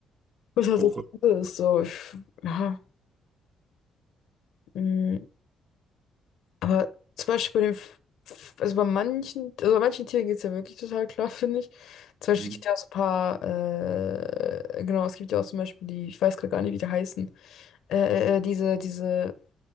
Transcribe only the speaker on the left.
was
halt
das Gute ist, so, ich, ja, mm. Aber zum Beispiel bei den, F- F- also bei manchen, also bei manchen Tieren geht es ja wirklich total klar, <laughs> finde ich. Zum Beispiel
gibt es ja auch so ein paar, äh, genau, es gibt ja auch zum Beispiel die, ich weiß gerade gar nicht, wie die heißen, äh, äh, äh, diese, diese,